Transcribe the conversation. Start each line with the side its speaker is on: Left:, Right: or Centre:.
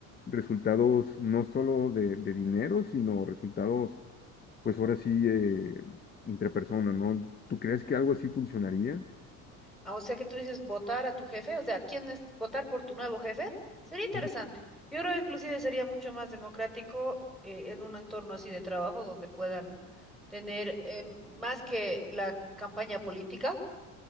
Left: resultados no solo de, de dinero, sino resultados, pues ahora sí, eh, entre personas, ¿no? ¿Tú crees que algo así funcionaría?
Centre: Ah, o sea que tú dices votar a tu jefe, o sea, ¿quién es votar por tu nuevo jefe? Sería interesante.
Left: Ujú,
Centre: Yo creo que inclusive sería mucho más democrático eh, en un entorno así de trabajo donde puedan tener eh, más que la campaña política,